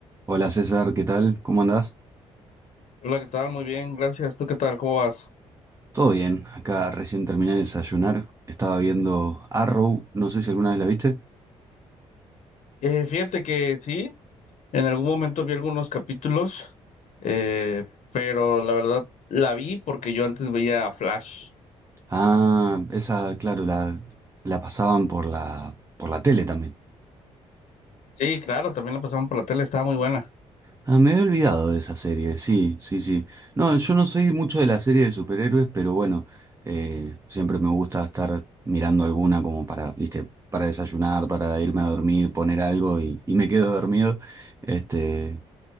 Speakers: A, on the right (about 20°); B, on the left (about 60°).
A: Hola César, ¿qué tal? ¿Cómo andás?
B: Hola, ¿qué tal? Muy bien, gracias. ¿Tú qué tal? ¿Cómo vas?
A: Todo bien, acá recién terminé de desayunar, estaba viendo Arrow, no sé si alguna vez la viste.
B: Eh, fíjate que sí, en algún momento vi algunos capítulos, eh, pero la verdad la vi porque yo antes veía Flash.
A: Ah, esa, claro, la, la pasaban por la, por la tele también.
B: Sí, claro, también la pasaban por la tele, estaba muy buena.
A: Ah, me había olvidado de esa serie, sí, sí, sí. No, yo no soy mucho de la serie de superhéroes, pero bueno, eh, siempre me gusta estar mirando alguna como para, viste, para desayunar, para irme a dormir, poner algo y, y me quedo dormido. Este,